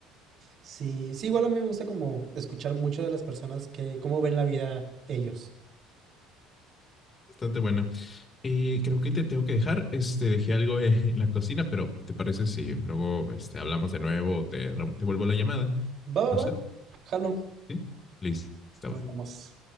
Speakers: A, on the right; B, on the left.
A: Sí, sí, igual a mí me gusta como escuchar mucho de las personas que cómo ven la vida ellos.
B: Bastante buena. Y creo que te tengo que dejar. Este, dejé algo en la cocina, pero ¿te parece si luego este, hablamos de nuevo o te, te vuelvo la llamada?
A: Va, va,
B: No sé.
A: va. Jalo,
B: ¿Sí? Listo,
A: nos
B: va.
A: vemos.